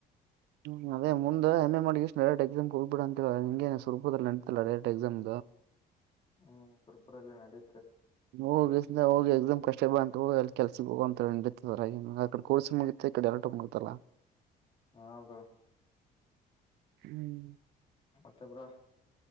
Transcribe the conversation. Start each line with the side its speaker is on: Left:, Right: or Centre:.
Right: ಹ್ಮ ಅದೇ ಮುಂದೆ ಹೆಮ್ಮೆ ಮಾಡಿ ಎಷ್ಟು ಡರೆಟ್ ಎಕ್ಸಾಮ್ಗೆ ಹೋಗಬ ಬಿಿಡ ಅಂತವ ನಿಂಗೆ ಸ್ವೂಪದಲ್ಲಿ ನೆಂತಲ್ಲ ಡಟ್ ಎಕ್ಸಾಮ್
Left: ಹ್ಮ್ ತುರ್ಪುರಲ್ಲಿ ನಡೀ
Right: ಹೋಗ ಹೋಗಿ ಎಕ್ಸಾಮ್ ಕಷ್ಟ ಶಕ್ಷೆ ಬಂತ ಅಲ್ಲಿ ಕೆಲ್ಸಿ ಹೋಗ ಅಂತಡೆ ಕೋರ್ಸ್ ಮುಗ ಈ ಕಡೆ ಎರಟ ಮುಗತಲ್ಲಾ
Left: ಹಾ ಬಾ
Right: ಹ್ಮ್
Left: ಮತ್ತೆ ಬ್ರೋ